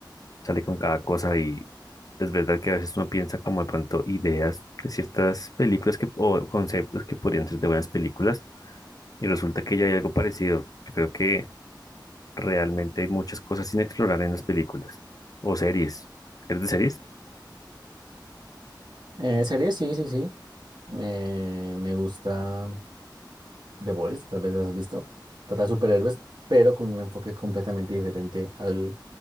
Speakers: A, on the left; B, on the right.
A: sale con cada cosa y es verdad que a veces uno piensa como de pronto ideas de ciertas películas que, o conceptos que podrían ser de buenas películas y resulta que ya hay algo parecido. Yo creo que realmente hay muchas cosas sin explorar en las películas o series. ¿Eres de series?
B: Eh, series, sí, sí, sí. Me, me gusta The Boys, tal vez las has visto. Trata de superhéroes, pero con un enfoque completamente diferente al,